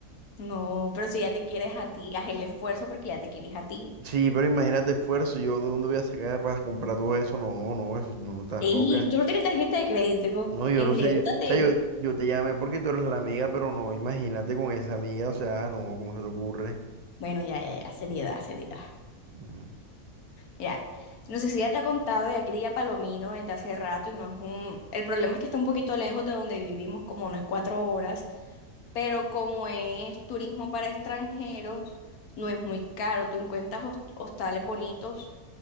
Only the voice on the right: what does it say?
Sí, pero imagínate esfuerzo. ¿Yo de dónde voy a sacar para comprar todo eso? No, no, eso no, estás
loca.
No, yo
no sé, yo, o sea, yo, yo te llamé porque tú eres la amiga, pero no, imagínate con esa amiga, o sea, no, ¿cómo se te ocurre?
Mm,